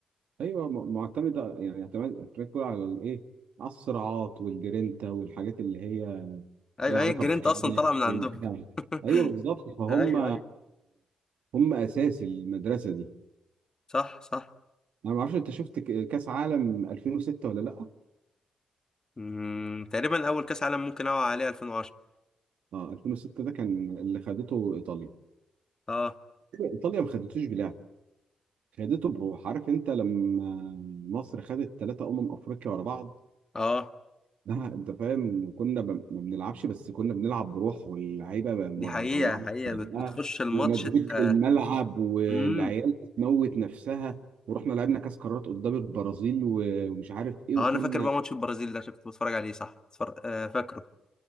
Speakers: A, on the right; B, on the left.
A: أيوة م- معتمدة يعني اعتماد اعتماد كورة على الإيه على الصراعات والجرينتا والحاجات اللي هي
B: ايوه
A: ليها علاقة
B: هي الجرينتا
A: بالحيوانات
B: اصلا طالعه من عندهم
A: وال-
B: <laughs>
A: أيوة بالظبط فهم
B: ايوه ايوه
A: هم أساس المدرسة دي
B: صح صح
A: أنا معرفش أنت شفت ك- كأس عالم 2006 ولا لأ؟
B: مم، تقريبا اول كاس عالم ممكن اوعى عليه 2010
A: اه 2006 ده كان اللي خدته ايطاليا
B: اه
A: ايطاليا ما خدتوش بلعب خدته بروح عارف انت لما مصر خدت ثلاثة امم افريقيا ورا بعض
B: اه
A: ده انت فاهم كنا ب... ما بنلعبش بس كنا بنلعب بروح واللعيبه بقى م-
B: دي حقيقه
A: مطلعه
B: حقيقه
A: بقى
B: بت- بتخش الماتش
A: ومجهود
B: انت
A: في الملعب والعيال
B: امم
A: بتموت نفسها ورحنا لعبنا كاس قارات قدام البرازيل و- ومش عارف ايه
B: اه
A: وكنا
B: انا فاكر بقى ماتش البرازيل ده عشان كنت بتفرج عليه صح اتفرج... آه فاكره